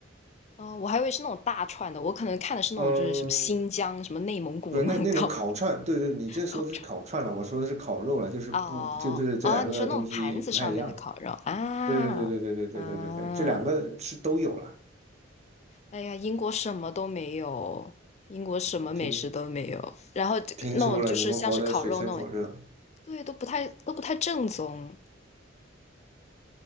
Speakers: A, on the left; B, on the right.
A: 哦，我还以为是那种大串的，我可能看的是那种就是什么新疆、
B: 嗯，
A: 什么内蒙古那种烤
B: 不是那那种烤串，对对，你这说的是烤串了，
A: 烤串。
B: 我说的是烤肉了，就是不就是这两个东西不太一样了，
A: 哦哦，你说那种盘子上面的烤肉啊啊！
B: 对对对对对对对对对对，这两个是都有了，
A: 哎呀，英国什么都没有，英国什么美食都没有，
B: 听
A: 然后这个那种就是像是烤肉那种，
B: 听说了，你们活得水深火热。
A: 对，都不太都不太正宗。